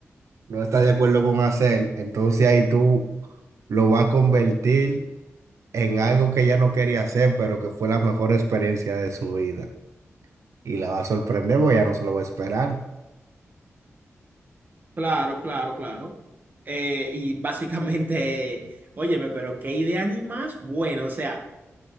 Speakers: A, on the right; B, on the right.
A: no está de acuerdo con hacer, entonces ahí tú lo vas a convertir en algo que ella no quería hacer, pero que fue la mejor experiencia de su vida. Y la va a sorprender porque ella no se lo va a esperar.
B: Claro, claro, claro. Eh, y básicamente, óyeme, pero qué idea ni más, bueno, o sea.